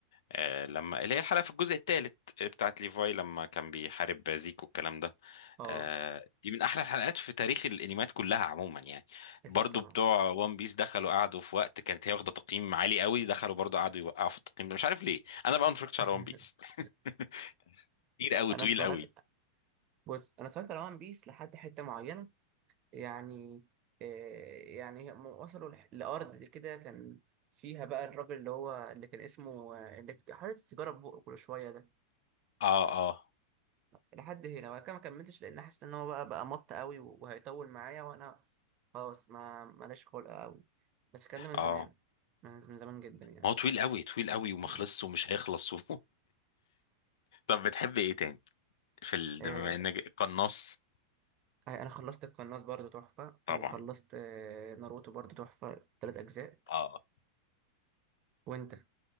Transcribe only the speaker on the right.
اه
اكيد
طبعا
<laughs>
انا
اتفرجت
بص انا اتفرجت على وان بيس لحد حته معينه يعني آه، يعني هم وصلوا لح- لارض كده كان فيها بقى الراجل اللي هو اللي كان اسمه آه، اللي ك- حاطط السيجاره في بقه كل شويه ده
لحد هنا وبعد كده ما كملتش لان حاسس ان هو بقى بقى مط قوي و- وهيطول معايا وانا خلاص ما ماليش خلق قوي بس الكلام ده من
زمان من من زمان جدا يعني
مم.
اه
آه، انا خلصت القناص برضو تحفة
وخلصت آه، ناروتو برضو تحفة تلات اجزاء
وانت